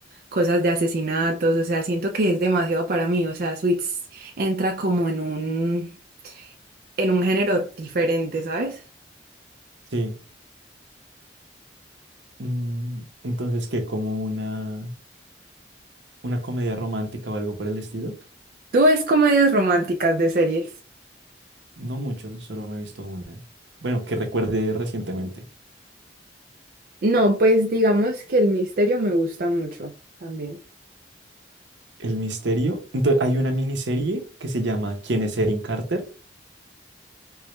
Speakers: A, on the right (about 55°); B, on the right (about 80°).
A: cosas de asesinatos, o sea, siento que es demasiado para mí, o sea, Suits entra como en un, en un género diferente, ¿sabes?
B: Sí. Mm, Entonces, que como una una comedia romántica o algo por el estilo?
A: ¿Tú ves comedias románticas de series?
B: No mucho, solo me he visto una. Bueno, que recuerde recientemente.
A: No, pues digamos que el misterio me gusta mucho también.
B: El misterio. Entonces, hay una miniserie que se llama ¿Quién es Erin Carter?